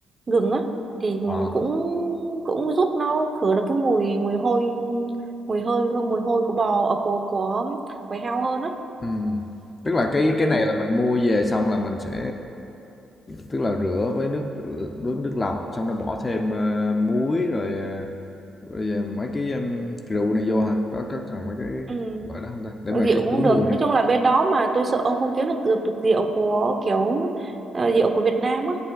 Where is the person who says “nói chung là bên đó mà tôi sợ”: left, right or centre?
Right